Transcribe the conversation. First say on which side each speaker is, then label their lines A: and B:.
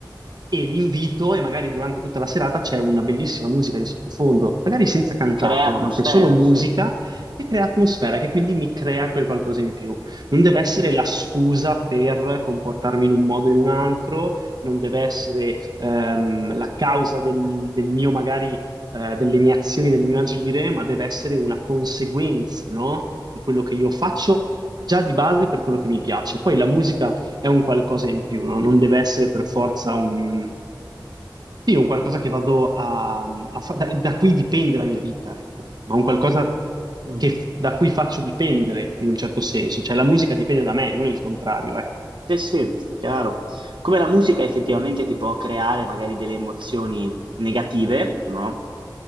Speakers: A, on the right; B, on the right.
A: e li invito e magari durante tutta la serata c'è una bellissima musica di sottofondo, magari senza cantato
B: Crea atmosfera,
A: anche, solo musica
B: sì.
A: che crea atmosfera, che quindi mi crea quel qualcosa in più. Non deve essere la scusa per comportarmi in un modo o in un altro, non deve essere ehm, la causa del, del mio magari eh, delle mie azioni, del mio agire, ma deve essere una conseguenza, no? Di quello che io faccio già di base per quello che mi piace. Poi la musica è un qualcosa in più, no? Non deve essere per forza un, sì, un qualcosa che vado a, a fa- da, da cui dipende la mia vita, ecco. Ma un qualcosa
B: Mm.
A: che, da cui faccio dipendere in un certo senso. Cioè la musica dipende da me, non il contrario, ecco.
B: Sì, sì, chiaro. Come la musica effettivamente ti può creare magari delle emozioni negative, no?